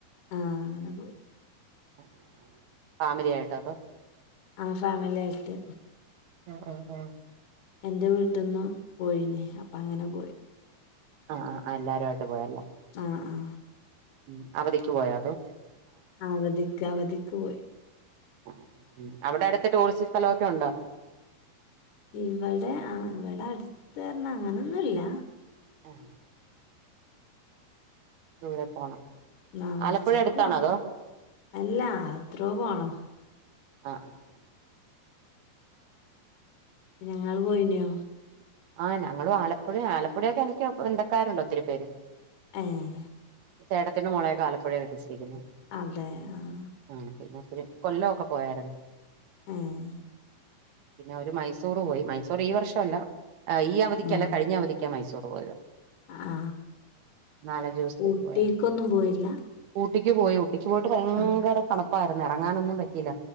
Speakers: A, on the left; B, on the right.
A: ആഹ്‌, അങ്ങനെ പോയി.
B: ആഹ്, ആഹ്, ആഹ് ഫാമിലി ആയിട്ടോ? അതോ.
A: ആഹ്‌, ഫാമിലി ആയിട്ട്.
B: ആഹ്‌, ആഹ്‌, ആഹ്‌
A: എന്റെ വീട്ടിൽന്ന് പോയിനേ. അപ്പ അങ്ങനെ പോയി.
B: ആഹ്‌, ആഹ്‌, ആഹ്‌, എല്ലരു ആയിട്ട് പോയ ല്ലേ?
A: ആഹ്‌, ആഹ്‌
B: ഉം, അവധിക്ക് പോയാതോ.
A: അവധിക്ക്, അവധിക്ക് പോയി.
B: ആഹ്‌, ആഹ് അവിടെ അടുത്ത ടൂറിസ്റ്റ് സ്ഥലമൊക്കെ ഉണ്ടോ?
A: ഇവിടെ, ആഹ്‌, ഇവിടെ അടുത്ത് ന്ന അങ്ങനൊന്നും ല്ല.
B: ആഹ്‌ ദൂരെ പോണം.
A: എന്നാ കുറച്ചൊക്കെ
B: ആലപ്പുഴ അടുത്താണോ
A: പോണം
B: അതോ
A: അല്ല എത്രയ പോണോ.
B: ആഹ്‌ ആഹ്‌, ആഹ്
A: നിങ്ങള് പോയിനോ?
B: ആഹ്‌, ഞങ്ങള് ആലപ്പുഴ ആലപ്പുഴയൊക്കെ എനിക്ക് ബന്ദക്കാരുണ്ട്ഒത്തിരി പേര്.
A: ആഹ്‌
B: ചേട്ടത്തിന്റെ മോളെയൊക്കെ ആലപ്പുഴ കെട്ടിച്ചിരിക്കുന്ന.
A: അതെ, ആഹ്‌
B: ആഹ്‌, പിന്നെ, ഒത്തിരി കൊല്ലം ഒക്കെ പോയാരുന്നു.
A: ആഹ്‌
B: പിന്നെ, ഒരു മൈസൂർ പോയി. മൈസൂർ ഈ, വർഷമല്ല ഈ, അവധിക്കല്ല
A: ആ
B: കഴിഞ്ഞ അവധിക്ക്. ഒക്കെ മൈസൂർ പോയത്
A: ആ
B: നാലഞ്ച് ദിവസത്തേക്ക്
A: ഊട്ടിക്കൊന്നും
B: പോയ.
A: പോയില്ല
B: ഊട്ടിക്ക് പോയി. ഊട്ടിക്ക് പോയിട്ട് ഭയങ്കര
A: ആ
B: തണുപ്പായിരുന്നു. ഇറങ്ങാനൊന്നും പറ്റില്ല.